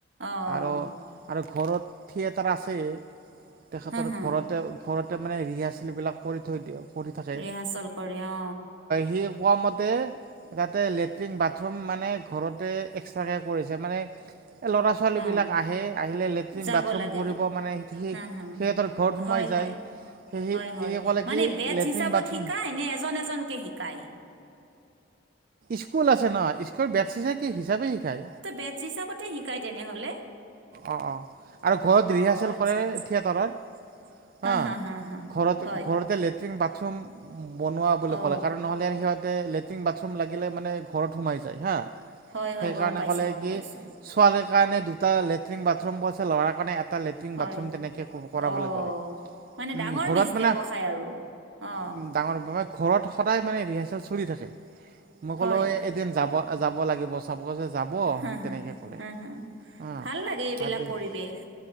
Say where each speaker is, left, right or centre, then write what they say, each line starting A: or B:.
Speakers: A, on the right; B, on the right.
A: অ'
B: আৰু আৰু ঘৰত থিয়েটাৰ আছেই তেখেতৰ
A: হা হা
B: ঘৰতে, ঘৰতে মানে ৰিহাৰ্ছেলবিলাক কৰি থৈ দিয়ে কৰি থাকে
A: ৰিহাৰ্চেল কৰে অ
B: হে কোৱামতে ইয়াতে লেট্ৰিন বাথৰুম মানে ঘৰতে এক্সট্ৰাকে কৰিছে মানে ল'ৰা -ছোৱালী
A: অ
B: বিলাক আহে। আহিলে লেট্ৰিন
A: যাব
B: বাথৰুম
A: লাগে
B: কৰিব মানে হে
A: হা হা
B: সিহঁতৰ ঘৰত সোমাই
A: হয়
B: যায়।
A: হয়
B: সি
A: হয়, হয়
B: সি ক'লে
A: মানে
B: কি
A: বেচ
B: লেট্ৰিন
A: হিচাপে
B: বাথৰুম
A: শিকাই নে এজন এজনকে শিকাই।
B: স্কুল আছে ন স্কুল বেচ নে কি হিচাবে শিকাই।
A: বেট হিচাপতে শিকাই তেনেহলে।
B: অ', অ', আৰু ঘৰত
A: অ
B: ৰিহাৰ্চেল
A: আচ্ছা
B: কৰে
A: আচ্ছা
B: থিয়েটাৰত। অ',
A: হা হা হা হা
B: ঘৰতে
A: হয়
B: ঘৰতে ল লেটিন, বাথৰুম বনোৱা বুলি
A: অ
B: ক'লে কাৰণ নহ'লে আৰু তে লেট্ৰিন, বাথৰুম লাগিলে মানে ঘৰত সোমাই যায় হা,
A: হয় হয়
B: সেকৰ্নে
A: গম পাইছো
B: কলে
A: গম
B: কি
A: পাইছো
B: ছোৱালীৰ কাৰণে দুটা লেট্ৰিন, বাথৰুম আছে ল'ৰাৰ কাৰণে এ এটা লেটিন,
A: হয়
B: বাথৰুম তেনেকে কৰাবলৈ
A: অ
B: কলে,
A: মানে
B: উম
A: ডাঙৰ
B: ঘৰত
A: বিজ
B: মানে
A: ব্যৱসায় আৰু অ
B: উম, ডাঙৰ বাবা। ঘৰত সদায় মানে ৰিহাৰ্চেল চলি থাকে, মই ক'লো
A: হয়
B: এদিন যাব-যাব লাগিব পাপ কৈছে যাব।
A: হ,
B: তেনেকৈ
A: হ,
B: ক'লে
A: হ, হ,
B: তাৰপিছত
A: ভাল লাগে এইবিলাক পৰিৱেশ